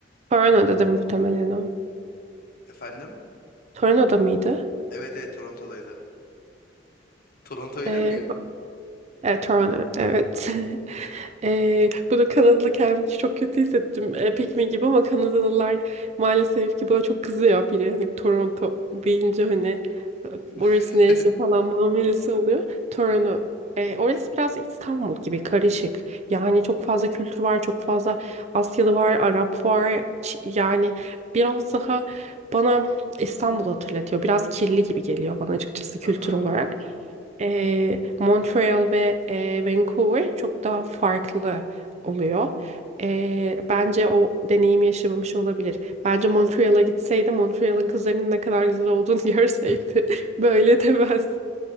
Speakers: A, on the right (about 35°); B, on the left (about 50°).
A: Toronto'da da muhtemelen o.
B: Efendim?
A: Toronto'da mıydı?
B: Evet evet Toronto'daydı. Toronto öyle
A: E,
B: mi?
A: Evet, Toronto. Evet. <laughs> Eee bunu Kanadalı kendimi çok kötü hissettim. E, Pikmin gibi ama Kanadalılar maalesef ki buna çok kızıyor biri. Hani Toronto deyince hani e, orası
B: <laughs>
A: neresi falan muamelesi oluyor. Toronto. E, orası biraz İstanbul gibi karışık. Yani çok fazla kültür var, çok fazla Asyalı var, Arap var. Ç- Yani biraz daha bana İstanbul'u hatırlatıyor. Biraz kirli gibi geliyor bana açıkçası kültür
B: Aha
A: olarak.
B: anladım.
A: E, Montreal ve e, Vancouver çok daha farklı oluyor. E, bence o deneyim yaşamamış olabilir. Bence Montreal'a gitseydi, Montreal'ın kızlarının ne kadar güzel olduğunu <laughs> görseydi böyle demezdi.